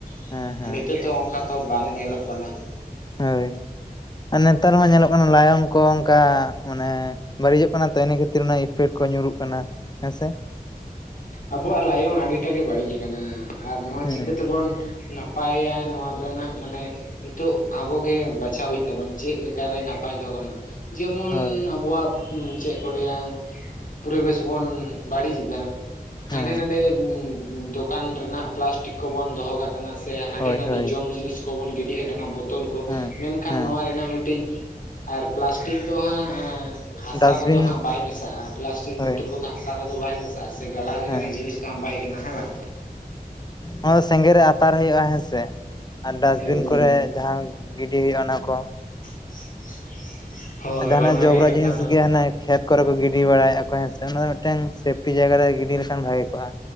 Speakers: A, on the left (about 55°); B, on the left (about 25°).
A: ᱾
B: ᱦᱮᱸ ᱦᱮᱸ
A: ᱱᱤᱛᱳᱜ ᱫᱚ ᱚᱝᱠᱟ ᱛᱚ ᱵᱟᱝ ᱧᱮᱞᱚᱜ ᱠᱟᱱᱟ ᱾
B: ᱦᱳᱭ ᱟᱨ ᱱᱮᱱᱛᱟᱨ ᱢᱟ ᱧᱮᱞᱚᱜ ᱠᱟᱱᱟ ᱞᱟᱭᱚᱝ ᱠᱚ ᱚᱝᱠᱟ ᱢᱟᱱᱮ ᱵᱟᱹᱲᱤᱡᱚᱜ ᱠᱟᱱᱟ ᱛᱚ ᱤᱱᱟᱹ ᱠᱷᱟᱹᱛᱤᱨ ᱩᱱᱟᱹᱜ ᱤᱯᱮᱴ ᱠᱚ ᱧᱩᱨᱩᱜ ᱠᱟᱱᱟ, ᱦᱮᱸᱥᱮ?
A: ᱟᱵᱚᱣᱟᱜ ᱞᱟᱭᱚᱝ ᱟᱹᱰᱤᱴᱟ ᱜᱮ ᱵᱟᱹᱲᱤᱡ ᱟᱠᱟᱱᱟ ᱟᱨ ᱱᱚᱣᱟ
B: ᱦᱩᱸ
A: ᱪᱤᱠᱟᱹ ᱛᱮᱵᱚᱱ ᱱᱟ ᱯᱟᱭᱟ ᱱᱚᱣᱟ ᱨᱮᱱᱟᱜ ᱢᱟᱱᱮ ᱱᱤᱛᱳᱜ ᱟᱵᱚᱜᱮ ᱵᱟᱪᱷᱟᱣ ᱦᱩᱭᱩᱜ ᱛᱟᱵᱚᱱᱟ ᱪᱮᱜ ᱞᱮᱠᱟᱨᱮ ᱱᱟᱯᱟᱭ ᱫᱚᱦᱚ ᱜᱟᱱᱚᱜ-ᱟ᱾ ᱡᱮᱢᱚᱱ
B: ᱦᱳᱭ
A: ᱟᱵᱚᱣᱟᱜ ᱪᱮᱜ ᱠᱚ ᱞᱟᱹᱭᱟ ᱯᱚᱨᱤᱵᱮᱥ ᱵᱚᱱ ᱵᱟᱹᱲᱤᱡ ᱮᱫᱟ
B: ᱦᱮᱸ
A: ᱦᱟᱸᱰᱮ ᱱᱟᱰᱮ ᱫᱚᱠᱟᱱ ᱨᱮᱱᱟᱜ ᱯᱞᱟᱥᱴᱤᱠ ᱠᱚᱵᱚᱱ ᱫᱚᱦᱚ ᱠᱟᱜ ᱠᱟᱱᱟ ᱥᱮ ᱦᱟᱸᱰᱮ
B: ᱦᱳᱭ
A: ᱱᱟᱰᱮ
B: ᱦᱳᱭ
A: ᱡᱚᱢ ᱡᱤᱱᱤᱥ ᱠᱚᱵᱚᱱ ᱜᱤᱰᱤ ᱠᱟᱜ ᱠᱟᱱᱟ ᱵᱳᱛᱚᱞ ᱠᱚ,
B: ᱦᱮᱸ
A: ᱢᱮᱱ ᱠᱷᱟᱱ
B: ᱦᱮᱸ
A: ᱱᱚᱣᱟ ᱨᱮᱱᱟᱜ ᱢᱤᱫᱴᱤᱡ ᱟᱨ ᱯᱞᱟᱥᱴᱤᱠ ᱫᱚ ᱦᱟᱸᱜᱻ ᱦᱟᱥᱟ
B: ᱰᱟᱥᱴᱵᱤᱱ
A: ᱨᱮᱫᱚ ᱦᱟᱸᱜ ᱵᱟᱭ ᱢᱮᱥᱟᱜ-ᱟ ᱯᱞᱟᱥᱴᱤᱠ
B: ᱦᱳᱭ
A: ᱵᱳᱛᱚᱞ ᱠᱚᱫᱚ ᱦᱟᱥᱟ ᱨᱮᱫᱚ ᱵᱟᱭ ᱢᱮᱥᱟ ᱫᱟᱜ ᱥᱮ ᱜᱟᱞᱟᱣ ᱞᱮᱠᱟᱱᱟᱜ
B: ᱦᱮᱸ
A: ᱡᱤᱱᱤᱥ ᱛᱚ ᱦᱟᱸᱜ ᱵᱟᱭ ᱠᱟᱱᱟ ᱦᱮᱸ ᱵᱟᱝ
B: ᱦᱚᱸ ᱥᱮᱸᱜᱮᱞ ᱨᱮ ᱟᱛᱟᱨ ᱦᱩᱭᱩᱜ-ᱟ ᱦᱮᱸ ᱥᱮ ᱟᱨ ᱰᱟᱥᱵᱤᱱ
A: ᱮᱠᱫᱚᱢ
B: ᱠᱚᱨᱮ ᱡᱟᱦᱟᱸᱝ ᱜᱤᱰᱤ ᱦᱩᱭᱩᱜ-ᱟ ᱚᱱᱟ ᱠᱚ᱾
A: <inaudible>
B: ᱟᱨ ᱡᱟᱦᱟᱱᱟᱜ
A: ᱚᱱᱟᱜᱮ
B: ᱡᱚᱵᱽᱨᱟ
A: ᱠᱟᱛᱷᱟ
B: ᱡᱤᱱᱤᱥ
A: ᱫᱚ
B: ᱜᱮ ᱦᱟᱱᱮ ᱠᱷᱮᱛ ᱠᱚᱨᱮ ᱠᱚ ᱜᱤᱰᱤ ᱵᱟᱲᱟᱭᱟᱠ ᱠᱚ ᱦᱮᱸᱥᱮ ᱚᱱᱟ ᱫᱚ ᱢᱤᱫᱴᱟᱝ ᱥᱮᱯᱴᱤ ᱡᱟᱭᱜᱟ ᱨᱮ ᱜᱤᱰᱤ ᱞᱮᱠᱷᱟᱱ ᱵᱷᱟᱜᱤ ᱠᱚᱜ-ᱟ᱾